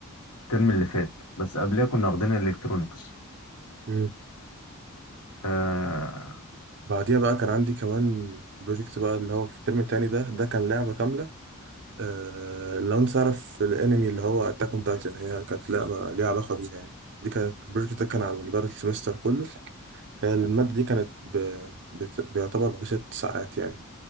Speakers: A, on the left; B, on the right.
A: الترم اللي فات بس قبلها كنا واخدين الالكترونكس
B: مم.
A: اه
B: بعديها بقى كان عندي كمان بروجكت بقى اللي هو في الترم التاني ده ده كان لعبه كامله آه لو انت تعرف الانمي اللي هو اتاك اون تايتن هي كانت لعبه ليها علاقه بيها يعني دي كانت البروجكت ده كان على مدار السمستر كله هي الماده دي كانت ب... بت... بيعتبر بست ساعات يعني